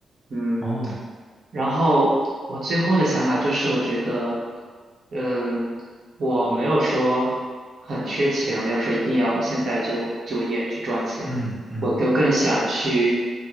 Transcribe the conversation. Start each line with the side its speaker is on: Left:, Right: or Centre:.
Right: 嗯，
Left: 哦，
Right: 然后我最后的想法就是，我觉得，嗯、我没有说很缺钱，没有说一定要现在就就业去赚钱，
Left: 嗯嗯
Right: 我就更想去